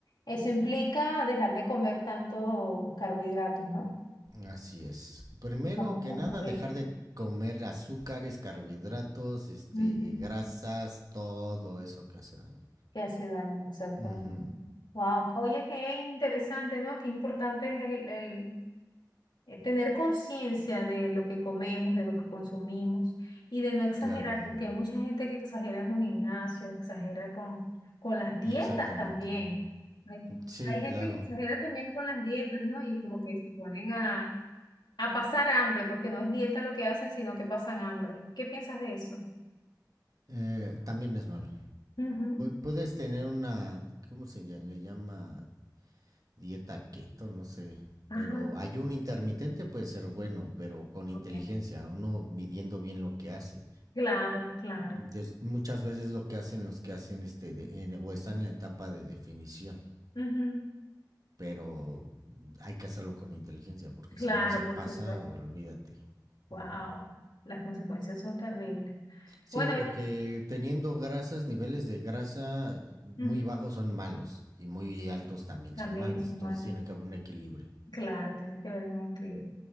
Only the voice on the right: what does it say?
Así es. Primero
que nada,
dejar de comer azúcares, carbohidratos, este,
grasas, todo eso que hace daño.
Ujú,
Claro,
exactamente.
Sí,
claro.
Eh, también es malo.
Puedes tener una, ¿cómo se llama? Le llama dieta keto, no sé.
Pero ayuno intermitente puede ser bueno, pero con inteligencia,
uno midiendo bien lo que hace.
Es muchas veces lo que hacen los que hacen este de- en- o están en la etapa de definición,
pero hay que hacerlo con inteligencia, porque
si uno se
pasa,
olvídate.
Ujú.
Sí,
porque teniendo grasas, niveles de grasa muy
bajos son malos y muy altos también
son malos.
Entonces
tiene que haber un equilibrio.